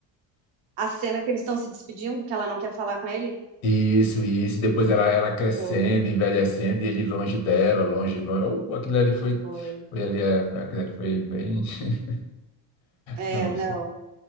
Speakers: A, on the right (about 75°); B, on the left (about 80°).
A: A cena que eles estão se despedindo, que ela não quer falar com ele?
B: Isso, isso. Depois ela, ela crescendo,
A: Foi,
B: envelhecendo, e ele longe dela, longe, longe. Oh, aquilo ali foi.
A: foi.
B: Foi ali, é, aquilo ali foi bem. <laughs>
A: É,
B: Nossa.
A: não,